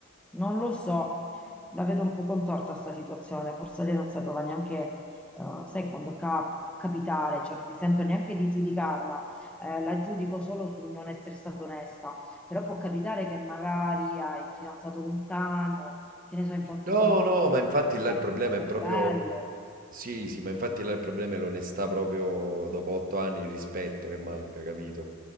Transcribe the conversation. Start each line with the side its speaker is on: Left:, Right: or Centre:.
Centre: non lo so, la vedo un po' contorta sta situazione, forse lei non sapeva neanche, eh, sai, quando cap- capitare, cioè non mi sento neanche di giudicarla, eh, la giudico solo sul non essere stata onesta, però può capitare che magari hai il fidanzato lontano, che ne so, incontri
Right: No,
Centre: qualcuno
Right: no,
Centre: che
Right: ma infatti
Centre: ti prende
Right: là
Centre: un attimo
Right: il problema
Centre: il cervello.
Right: è proprio... Sì, sì, ma infatti là il problema è l'onestà proprio dopo otto anni, il rispetto che manca,
Centre: Sì.
Right: capito?